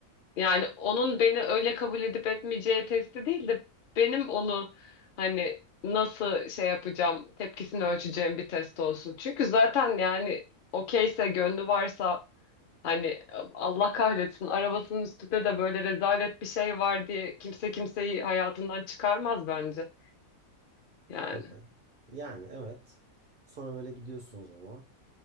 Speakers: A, on the left (about 50°); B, on the right (about 60°).
A: Yani onun beni öyle kabul edip etmeyeceği testi değil de benim onu hani nasıl şey yapacağım, tepkisini ölçeceğim bir test olsun. Çünkü zaten yani okeyse, gönlü varsa hani Allah kahretsin arabasının üstünde de böyle rezalet bir şey var diye kimse kimseyi hayatından çıkarmaz bence. Yani
B: Tabii. Yani evet. Sonra böyle gidiyorsunuz ama